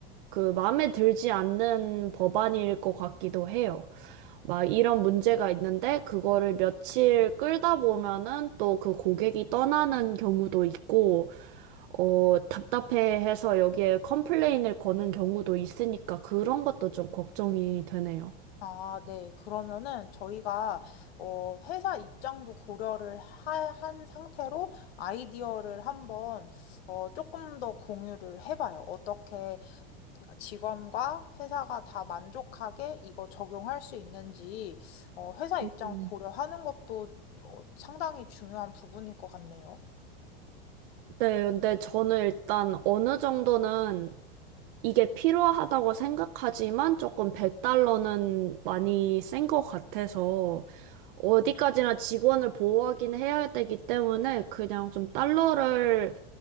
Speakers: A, on the right (about 55°); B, on the left (about 80°).
A: 그 마음에 들지 않는 법안일 것 같기도 해요. 막 이런 문제가 있는데 그거를 며칠 끌다 보면은 또 그 고객이 떠나는 경우도 있고 어 답답해해서 여기에 컴플레인을 거는 경우도 있으니까 그런 것도 좀 걱정이 되네요.
B: 아, 네. 그러면은 저희가 어, 회사 입장도 고려를 하- 한 상태로 아이디어를 한번 어, 조금 더 공유를 해봐요. 어떻게 직원과 회사가 다 만족하게 이거 적용할 수 있는지 어, 회사 입장
A: 음.
B: 고려하는 것도 어, 상당히 중요한 부분일 것 같네요.
A: 네, 근데 저는 일단 어느 정도는 이게 필요하다고 생각하지만 조금 100달러는 많이 센 것 같아서 어디까지나 직원을 보호하긴 해야 되기 때문에 그냥 좀 달러를